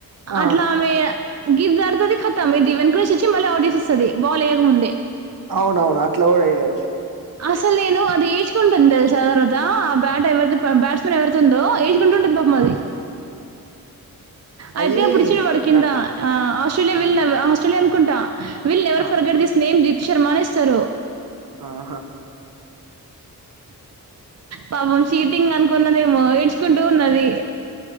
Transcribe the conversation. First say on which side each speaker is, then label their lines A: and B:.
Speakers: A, on the right (about 65°); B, on the right (about 45°).
A: ఆ
B: అట్లా ఆమే గీత దాటుతదిఖతం ఇది వెనుక నుంచి వచ్చి మళ్ళీ అవుట్ చేశేస్తది. బాలేయకముందే
A: అవును అవును అట్లాగూడా చేయొచ్చు.
B: అసల్ నేనూ అది ఏడ్చుకుంటుంది తెల్సా తర్వాతా ఆ బ్యాట్ ఎవర్ది బ్యాట్స్మెన్ ఎవరైతుందో ఏ కుంటుంటది పాపం
A: ఆ
B: అది. అయితే
A: అది
B: అపుడిచ్చిండు వాడు కిందా.
A: రా
B: ఆ ఆస్ట్రేలియా
A: ఆ
B: విళ్ళ్ ఆస్ట్రేలియా అనుకుంటా విళ్ never
A: ఆ
B: forget this name Deepti Sharma అని ఇస్తారు.
A: ఆహా
B: పాపం షీటింగ్ అనుకున్నదేమో ఏడ్చుకుంటూ ఉన్నది.